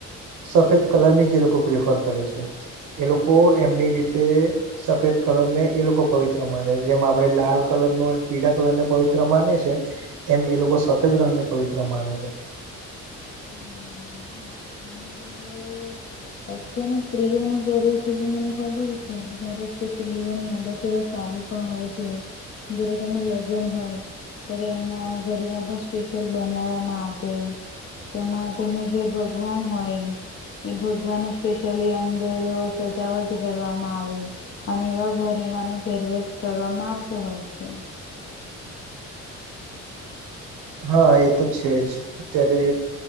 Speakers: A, on the right; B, on the left.
A: સફેદ કલર ની જ એ લોકો પ્રિફર કરે છે. એ લોકો એમની રીતે સફેદ કલર ને એ લોકો પવિત્ર માને છે. જેમ આપડે લાલ કલરનું, અને પીળા કલર ને પવિત્ર માને છે. એમ એ લોકો સફેદ રંગને પવિત્ર માને છે.
B: <inaudible> અત્યારનું સ્ત્રીઓ નું <unintelligible> મને ખબર છે. દરેક સ્ત્રીઓની અલગ અલગ સાડી પણ હોય છે. જ્યારે તેમનું લગન હોય. અ્યારે એમના ઘરેને પણ સ્પેશિયલ બનાવવા માંગે. તેમાં તેમને જે ભગવાન હોય, એ ભ ભગવાના સ્પેશયલી અંદર સજાવટ કરવામાં આવે. અને એવા ઘરેણા નો ફેરવેશ કરવામાં આવતો હોય છે.
A: હા એ તો છે જ અત્યારે